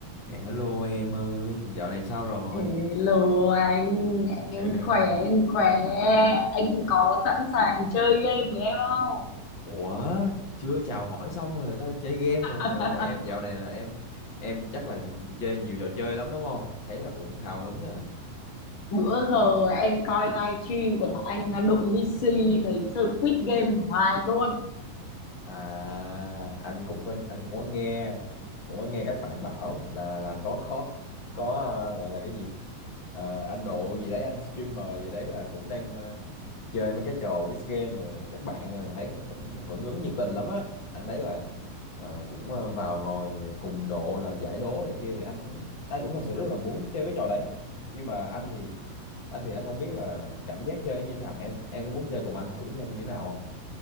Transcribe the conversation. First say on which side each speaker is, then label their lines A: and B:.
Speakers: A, on the left; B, on the left.
A: Hello em ơi, dạo này sao rồi?
B: Hello anh,
A: <laughs>
B: em khỏe, em khỏe. Anh có sẵn sàng chơi game với em không?
A: Ủa, chưa chào hỏi xong rồi đó, chơi game rồi.
B: <laughs>
A: Trời ơi, em dạo này là em em chắc là chơi nhiều trò chơi lắm đúng không? Thấy là cũng hào hứng nè.
B: Bữa giờ em coi livestream của anh Đụng Missy thấy chơi quiz game hoài luôn.
A: À, anh cũng có anh cũng có nghe cũng có nghe các bạn bảo là là có có có ờ, gọi là cái gì Ờ, anh độ gì đấy anh streamer gì đấy là cũng đang ờ, chơi mấy cái trò quiz game mà các bạn ờ, thấy cũng hưởng ứng nhiệt tình lắm á anh thấy là ờ, cũng ờ, vào ngồi cùng độ là giải đố này kia thì anh cũng anh cũng thật sự rất là muốn chơi cái trò đấy nhưng mà anh thì anh thì anh không biết là cảm giác chơi như thế nào em em có muốn chơi cùng anh thử xem như thế nào không